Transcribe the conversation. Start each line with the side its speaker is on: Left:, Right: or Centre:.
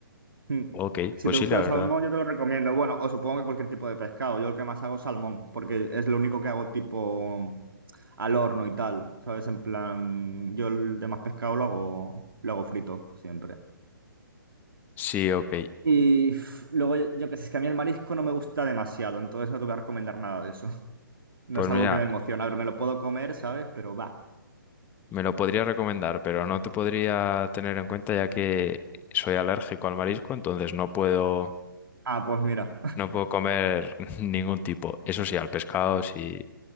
Right: Mm.
Left: Ok,
Right: Si
Left: pues
Right: te
Left: sí,
Right: gusta
Left: la
Right: el
Left: verdad.
Right: salmón, yo te lo recomiendo. Bueno, o supongo que cualquier tipo de pescado. Yo lo que más hago es salmón, porque es lo único que hago tipo al horno y tal. ¿Sabes? En plan, yo el demás pescado lo hago, lo hago frito siempre.
Left: Sí, ok.
Right: Y uf, luego, yo yo qué sé, es que a mí el marisco no me gusta demasiado, entonces no te voy a recomendar nada de eso. <laughs> No
Left: Pues
Right: es algo
Left: mira.
Right: que me emociona. A ver, me lo puedo comer, ¿sabes? Pero va.
Left: Me lo podría recomendar, pero no te podría tener en cuenta ya que soy alérgico al marisco, entonces no puedo,
Right: Ah, pues mira.
Left: no puedo comer <laughs> ningún tipo. Eso sí, al pescado sí,